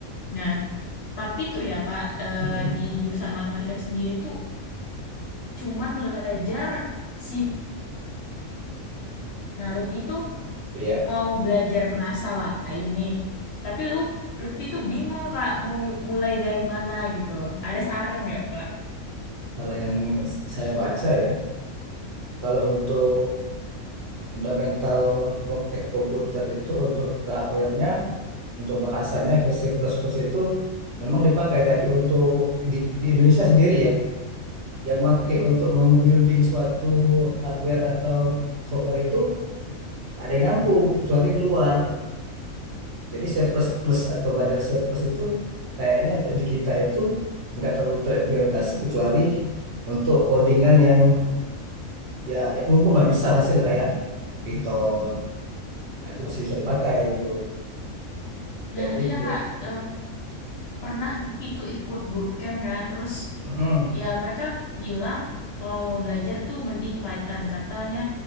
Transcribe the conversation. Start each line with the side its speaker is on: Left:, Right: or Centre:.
Left: Nah, tapi tuh ya Kak, eh,
Right: Mm-mm.
Left: di jurusan matematika sendiri tuh cuman belajar C++. Nah, Lutfi tuh
Right: Ya.
Left: mau belajar bahasa lain nih. Tapi lu Lutfi tuh bingung Kak mau mi- mulai dari mana gitu. Ada saran nggak Kak?
Right: Kalau yang s- saya baca ya, kalau untuk fundamental komp- komputer itu untuk ke hardware-nya, untuk bahasanya ke C++ itu memang dipakai, tapi untuk di, di Indonesia sendiri ya, yang pakai
Left: Mm.
Right: untuk membuilding suatu hardware atau software itu ada yang nampung, kecuali di luar. Jadi surplus plus atau belajar surplus itu kayaknya untuk di kita itu nggak terlalu terimplementasi kecuali untuk codingan yang ya, ya umum lah bisa masih lah kayak Python. Nah, itu masih bisa dipakai itu kayak
Left: Nah,
Right: gitu.
Left: iya Kak, Eh, pernah waktu itu ikut bootcamp kan terus
Right: Mm-mm,
Left: ya mereka bilang kalau mau belajar tuh mending Python katanya